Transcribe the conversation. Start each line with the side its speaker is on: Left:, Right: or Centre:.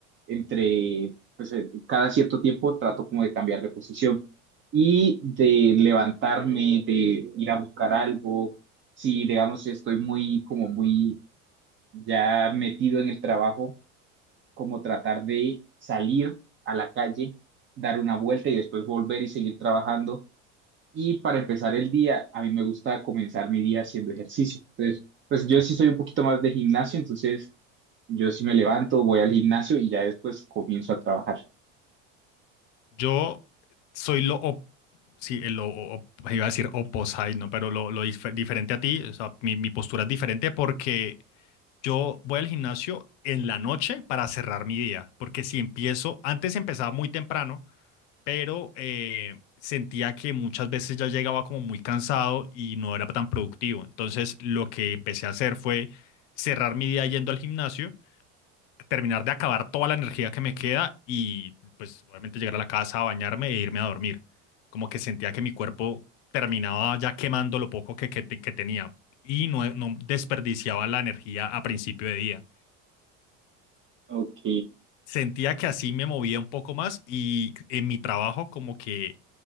Right: entre, pues eh, cada cierto tiempo trato como de cambiar de posición y de levantarme, de ir a buscar algo. Si, digamos, estoy muy, como muy ya metido en el trabajo, como tratar de salir a la calle, dar una vuelta y después volver y seguir trabajando. Y para empezar el día, a mí me gusta comenzar mi día haciendo ejercicio. Entonces, pues
Left: Ok.
Right: yo sí soy un poquito más de gimnasio, entonces yo sí me levanto, voy al gimnasio y ya después comienzo a trabajar.
Left: Yo soy lo, op- sí, el lo op- iba a decir opposite, ¿no? Pero lo, lo dif- diferente a ti, o sea, mi, mi postura es diferente porque yo voy al gimnasio en la noche para cerrar mi día, porque si empiezo, antes empezaba muy temprano, pero eh, sentía que muchas veces ya llegaba como muy cansado y no era tan productivo. Entonces, lo que empecé a hacer fue cerrar mi día yendo al gimnasio terminar de acabar toda la energía que me queda y pues obviamente llegar a la casa, bañarme e irme a dormir. Como que sentía que mi cuerpo terminaba ya quemando lo poco que, que, te- que tenía y no, no desperdiciaba la energía a principio de día.
Right: Ok.
Left: Sentía que así me movía un poco más y en mi trabajo como que